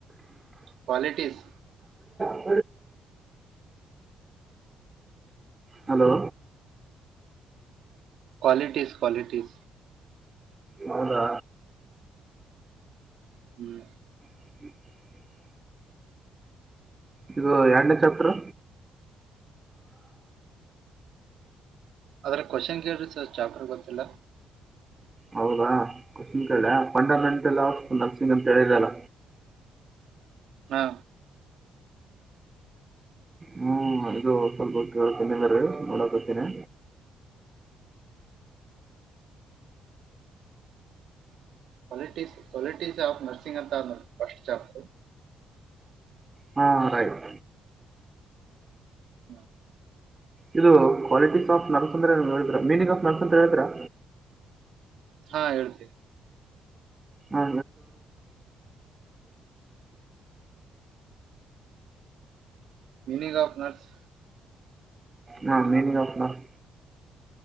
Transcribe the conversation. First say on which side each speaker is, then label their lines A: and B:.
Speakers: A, on the right; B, on the right.
A: ಕ್ವಾಲಿಟೀಸ್
B: ಹ ಹಲೋ
A: ಕ್ವಾಲಿಟೀಸ್ ಕ್ವಾಲಿಟೀಸ್
B: ಹೌದ
A: ಹ್ಮ್
B: ಹ ಇದು ಎರಡನೇ ಚಾಪ್ಟರ್
A: ಅದ್ರ ಕ್ವಶನ್ ಕೇಳ್ರಿ ಸರ್ ಚಾಪ್ಟರ್ ಗೊತ್ತಿಲ್ಲ
B: ಹೌದಾ ಕ್ವೆಶ್ಚನ್ ಕೇಳ್ಲಾ ಫಂಡಮೆಂಟಲ್ ಆಫ್ ನರ್ಸಿಂಗ್ ಅಂತ ಹೇಳಿದಲ್ಲ
A: ಹಾ
B: ಹ್ಮ್ ಇದು ಸ್ವಲ್ಪ ನೋಡಾಕತೀನಿ
A: ಕ್ವಾಲಿಟಿಸ್ ಕ್ವಾಲಿಟೀಸ್ ಆಫ್ ನರ್ಸಿಂಗ್ ಅಂತ ಫಸ್ಟ್ ಚಾಪ್ಟರ್
B: ಹಾ ರೈಟ್
A: ಹಾ
B: ಇದು ಕ್ವಾಲಿಟೀಸ್ ಆಫ್ ನರ್ಸ್ ಅಂದ್ರೆ ಹೇತಿರಾ ಮೀನಿಂಗ್ ಆಫ್ ನರ್ಸ ಅಂತ್ರ ಹೇಳ್ತೀರಾ
A: ಹಾ ಹೇಳ್ತೀವಿ
B: ಹಾ
A: meaning of nurse
B: meaning of nurse